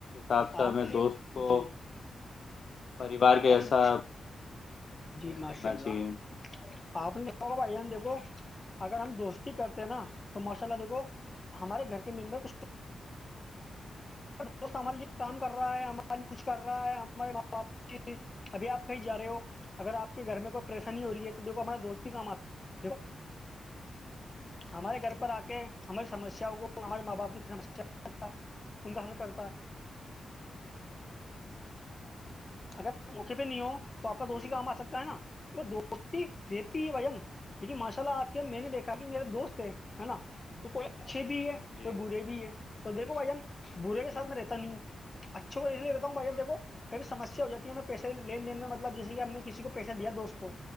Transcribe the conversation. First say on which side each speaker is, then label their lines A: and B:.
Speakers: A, on the left; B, on the left.
A: حب سے
B: آپ
A: میں
B: نے بھی
A: دوست کو
B: جی
A: پریوار کے
B: آپ
A: ایسا
B: نے جی
A: ٹریٹ
B: ماشاء
A: کرنا
B: اللہ
A: چاہیے
B: آپ نے دیکھو بھائی جان دیکھو اگر ہم دوستی کرتے ہیں نا تو ماشاء اللہ دیکھو ہمارے گھر کے ممبر کچھ ار دوست ہمارے لیے کام کر رہا ہے ہمارے لیے کچھ کر رہا ہے ہمارے ماں باپ ابھی آپ کہیں جا رہے ہو اگر آپ کے گھر میں کوئی پریشانی ہو رہی ہے تو دیکھو ہمارے دوست ہی کام آتا ہے دیکھو ہمارے گھر پر آ کے ہماری سمیاں کو ہمارے ماں باپ کی سیا ان کا حل کرتا اگر موقعے پہ نہیں ہو تو آپ کا دوسیی
A: جی
B: کام آ سکتا ہے نا وہ دوستی رہتی ہے وجن لیکن ماشاء اللہ آپ کے میں نے دیکھا میرا دوست ہے ہے نا تو کوئی اچھے بھی ہے
A: جی
B: کوئی برے بھی ہے تو دیکھو بھائی جان برے
A: جی
B: کے سات میں رہتا نہیں ہوں اچھے کو رہتا ہوں بھائی دیکھو کبھیمسیا ہو جاتی ہے میں پیسے لین دین میں مطلب جیسے کہ ہم نے کسی کو پیسہ دیا دوست کو